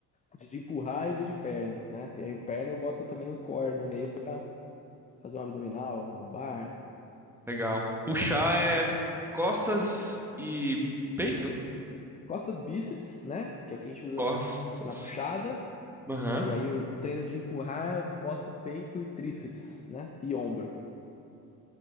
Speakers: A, on the left; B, in the centre.
A: o dia de empurrar e o dia de perna, né? E aí o perna eu boto também um core no meio pra fazer um abdominal, um lombar.
B: Legal. Puxar é costas e peito?
A: Costas, bíceps, né? Que é o que a gente usa
B: Costas.
A: na puxada.
B: Aham.
A: E aí eu treino de empurrar, boto peito e tríceps, né? E ombro.